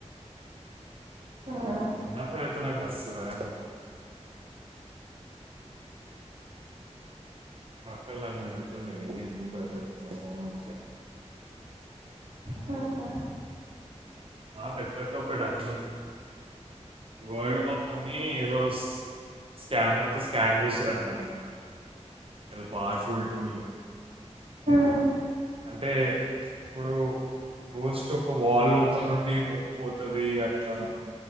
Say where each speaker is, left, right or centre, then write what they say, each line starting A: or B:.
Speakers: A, on the right; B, on the right.
A: ఉమ్
B: చిన్నప్పుడైతే నాక్ మస్త్ భయం <inaudible> మక్కల్ నన్ను తిడుతుండే ఎందుకు భయపడుతున్నావ్ అని
A: ప్లస్ అల్
B: నా పెద్దక్క ఒక డన్ ఉంది వరల్డ్ మొత్తాన్ని ఏదో స్కానర్ తో స్కాన్ చేశారంట నేన్ ఏదో పవర్ఫుల్ టూల్
A: ఉమ్
B: అంటే ఇప్పుడు గోస్ట్ ఒక వాల్ ఓపన్ నుండి మూవ్ పోతది అట్లా